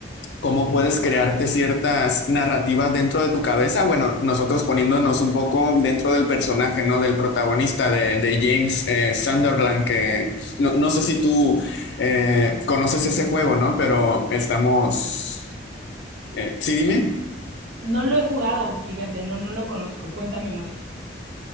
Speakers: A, on the left (about 65°); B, on the right (about 90°).
A: cómo puedes crearte ciertas narrativas dentro de tu cabeza. Bueno, nosotros poniéndonos un poco dentro del personaje, ¿no? Del protagonista de, de James eh, Sunderland, que no, no sé si tú eh, conoces ese juego, ¿no? Pero estamos... eh, sí, dime.
B: No lo he jugado, fíjate, no, no lo conozco. Cuéntame más.